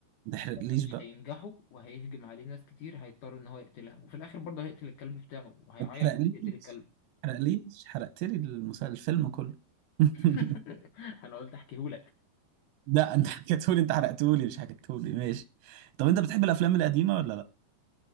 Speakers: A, on the right (about 85°); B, on the left (about 80°).
A: تحرقليش
B: لما مش
A: بقى
B: هينجحوا وهيهجم عليه ناس كتير هيضطر ان هو يقتلها وفي الاخر برضه هيقتل الكلب بتاعه وهيعيط
A: ما تحرقليش
B: وهو بيقتل
A: ما
B: الكلب
A: تحرقليش حرقت لي المسل... الفيلم كله <laughs>
B: <laughs> انا قلت احكيهولك
A: لا انت حكيتهولي انت حرقتهولي مش حكيتهولي ماشي طب انت بتحب الافلام القديمه ولا لا